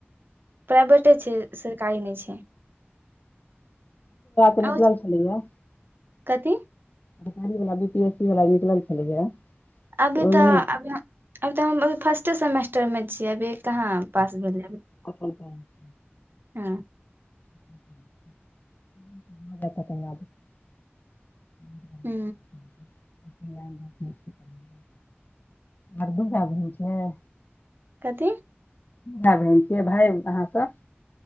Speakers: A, on the right; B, on the left.
A: प्राइवेटे छै सरकारी नहि छियै
B: निकलल
A: आ
B: छलीयै
A: कथी
B: सरकारी वला बी पी एस सी वला निकलल छलैए
A: अभी
B: ओहिमे
A: तऽ
B: नहि
A: अभी अभ तऽ हम अभी फर्स्टे सेमेस्टरमे छीयै अभी कहाँ पास भेलै अभी
B: कतल क <unintelligible>
A: हँ
B: त <unintelligible>
A: हू
B: <inaudible> आर दू भय बहिन छै
A: कथी
B: बहिन छिय भाय अहाँसँ <unintelligible>